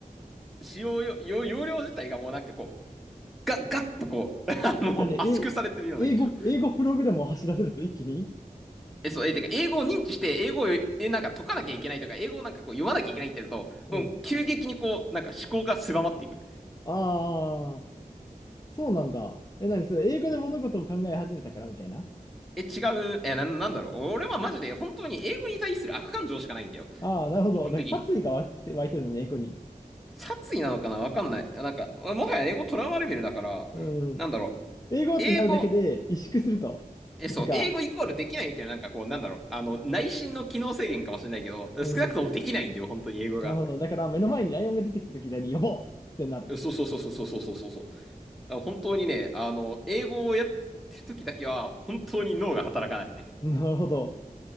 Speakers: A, in the centre; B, on the left.
A: 使用よ、よ容量自体がもうなんかこう、ガッ、ガッとこう、<laughs> あの、
B: あ、ね、え、
A: 圧縮されてるような印象。
B: 英語、英語プログラムを走らせると一気に
A: え、そう、え、てか、英語を認知して、英語を、え、なんか解かなきゃいけないとか、英語をなんかこう読まなきゃいけないってなると、
B: うん。
A: うん、急激にこう、なんか思考が狭まっていく。
B: ああ、そうなんだ。え、何それ、英語で物事を考え始めたからみたいな
A: え、違う。え、な、なんだろう。俺はマジで本当に英語に対する悪感情しかないんだよ。
B: ああ、なるほど。
A: 基本的に。
B: だから殺意が湧いて、湧いてるのね、英語に。
A: 殺意なのかなわかんない。なんか、もはや英語トラウマレベルだから、
B: うん。
A: なんだろう。
B: 英語ってなるだけで萎縮すると。
A: 英語、え、
B: なんか、
A: そう、英語イコールできないみたいな、なんかこう、なんだろう。あの、内心の機能制限かもしれないけど、
B: うん。
A: 少なくともできないんだよ、本当に英語が。
B: なるほど。だから目の前にライオンが出てきた時に、呼ぼうってなる。
A: そうそうそうそうそうそうそうそうそう。だから本当にね、あの、英語をやってる時だけは、本当に脳が働かない。
B: なるほど。